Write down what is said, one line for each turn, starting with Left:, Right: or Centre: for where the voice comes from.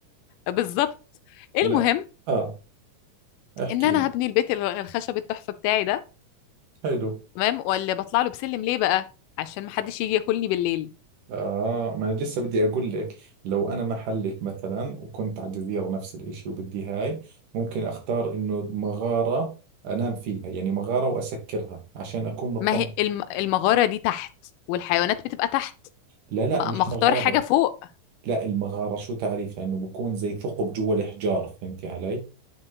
Left: بالظبط المهم
Right: لا آه احكي
Left: إن أنا
Right: لي.
Left: هبني البيت الخشب التحفة بتاعي ده
Right: حلو
Left: تمام واللي بطلع له بسلم ليه بقى عشان محدش يجي ياكلني بالليل
Right: آه ما أنا لسه بدي أقول لك لو أنا محلك مثلا وكنت على جزيرة نفس الإشي وبدي هاي ممكن أختار إنه مغارة أنام فيها يعني مغارة وأسكرها عشان أكون مطمن
Left: ما هي الم- المغارة دي تحت والحيوانات بتبقى تحت
Right: لا لا
Left: ما
Right: مش
Left: ما اختار
Right: مغارة
Left: حاجة فوق
Right: لا المغارة شو تعريفها إنه بكون زي ثقب جوا الحجار فهمتي علي